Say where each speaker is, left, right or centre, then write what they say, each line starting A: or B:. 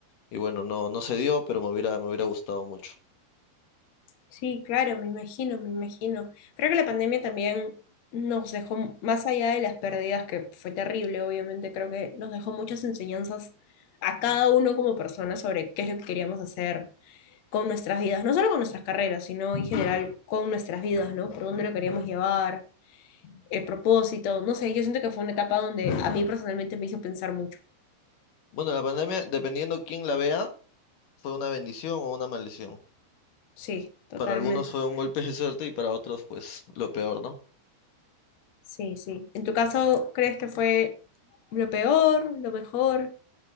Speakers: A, on the left; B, on the left.
A: Y bueno, no, no se dio, pero me hubiera, me hubiera gustado mucho.
B: Sí, claro, me imagino, me imagino. Creo que la pandemia también nos dejó, más allá de las pérdidas, que fue terrible, obviamente, creo que nos dejó muchas enseñanzas a cada uno como persona sobre qué es lo que queríamos hacer con nuestras vidas, no solo con nuestras carreras, sino en general con nuestras vidas, ¿no? Por dónde lo queríamos llevar, el propósito, no sé, yo siento que fue una etapa donde a mí personalmente me hizo pensar mucho.
A: Bueno, la pandemia, dependiendo quién la vea, fue una bendición o una maldición.
B: Sí, totalmente.
A: Para algunos fue un golpe de suerte y para otros, pues, lo peor, ¿no?
B: Sí, sí. ¿En tu caso crees que fue lo peor, lo mejor?